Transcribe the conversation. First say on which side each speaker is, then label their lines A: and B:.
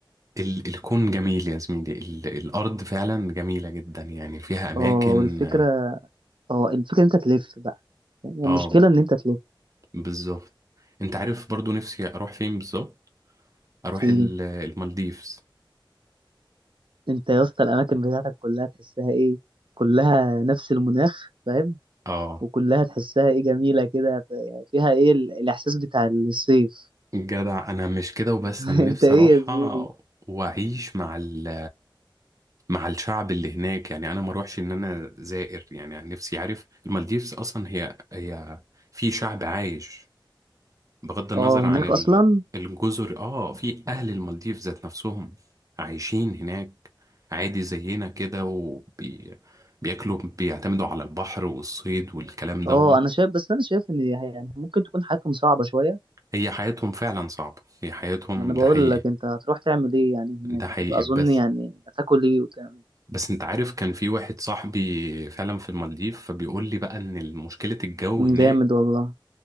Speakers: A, on the right; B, on the right.
A: ال- الكون جميل يا زميلي ال- الأرض فعلا جميلة جدا يعني فيها أماكن
B: اه والفكرة اه الفكرة ان انت تلف بقى يعني
A: اه
B: المشكلة ان انت تلف
A: بالظبط انت عارف برضو نفسي أروح فين بالظبط أروح
B: فين
A: ال- المالديفز
B: انت يا اسطى الاماكن بتاعتك كلها تحسها ايه كلها نفس المناخ فاهم
A: اه
B: وكلها تحسها ايه جميله كده ف- يعني فيها ايه ال- الاحساس بتاع الصيف
A: جدع أنا مش كده وبس
B: <laughs>
A: أنا
B: انت
A: نفسي
B: ايه
A: أروحها
B: يا زميلي
A: وأعيش مع ال مع الشعب اللي هناك يعني أنا ما أروحش إن أنا زائر يعني أنا نفسي عارف المالديفز أصلا هي هي في شعب عايش بغض النظر
B: اه
A: عن
B: هناك
A: ال-
B: اصلا
A: الجزر اه في اهل المالديف ذات نفسهم عايشين هناك عادي زينا كده وبياكلوا بيعتمدوا على البحر والصيد والكلام دوت
B: اه انا شايف بس انا شايف ان هي- يعني ممكن تكون حياتهم صعبه شويه
A: هي حياتهم فعلا صعبة هي حياتهم
B: ما انا
A: ده
B: بقول
A: حقيقي
B: لك انت هتروح تعمل ايه يعني
A: ده
B: هناك
A: حقيقي
B: هتبقى اظن
A: بس
B: يعني هتاكل ايه وتعمل
A: بس انت عارف كان في واحد صاحبي فعلا في المالديف فبيقول لي بقى ان مشكلة الجو
B: إيه؟
A: هناك
B: جامد والله